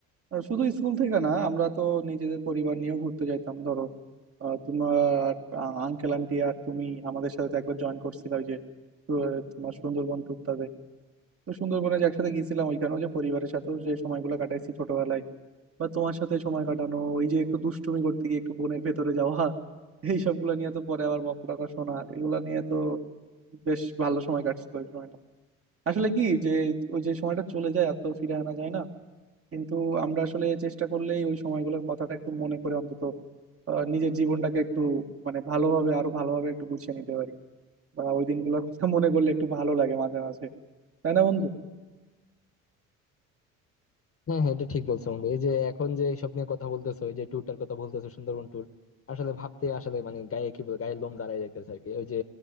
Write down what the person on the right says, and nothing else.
আহ, শুধু স্কুল থেকে না আমরা তো নিজেদের পরিবার নিয়েও ঘুরতে যাইতাম ধরো আহ, তোমার আঙ্কেল আন্টি আর তুমি আমাদের সাথে তো একবার জয়েন করছিলে ওই যে আহ, তোমার সুন্দরবন টুকটাতে তো সুন্দরবনে যে একসাথে গিয়েছিলাম ওইখানেও যে পরিবারের সাথেও যে সময়গুলো কাটাইছি ছোটবেলায় বা তোমার সাথে সময় কাটানো ওই যে একটু দুষ্টুমি করতে গিয়ে একটু বনের ভেতরে যাওয়া <laughs> এই সবগুলো নিয়ে তো পরে আবার বকা টকা শোনা এগুলা নিয়ে তো বেশ ভালো সময় কাটছিল ওই সময়টা আসলে কি যে ওই যে সময়টা চলে যায় আর তো ফিরে আনা যায় না কিন্তু আমরা আসলে চেষ্টা করলেই ওই সময়গুলোর কথাটা একটু মনে করে অন্তত আহ, নিজের জীবনটাকে একটু মানে ভালোভাবে আরো ভালোভাবে একটু গুছিয়ে নিতে পারি বা ওই দিনগুলোর কথা মনে করলে একটু ভালো লাগে মাঝে মাঝে তাই না বন্ধু